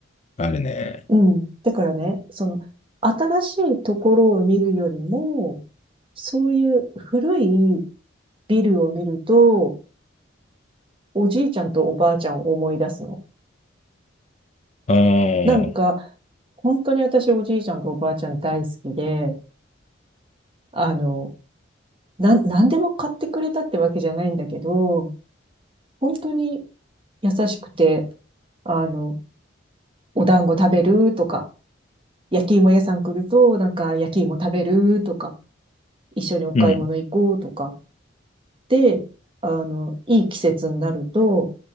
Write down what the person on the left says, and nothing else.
あるね。
ああ、
うん。